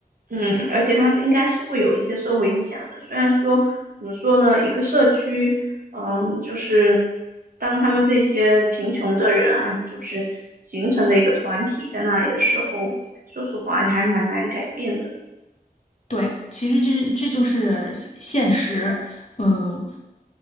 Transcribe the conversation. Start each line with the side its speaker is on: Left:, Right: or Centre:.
Right: 嗯，而且它应该是会有一些社会影响的。虽然说怎么说呢，一个社区，嗯，就是当他们这些贫穷的人啊，就是形成的一个团体在那里的时候，说实话还蛮难改变的。
Left: 对，其实这这就是现现实，嗯。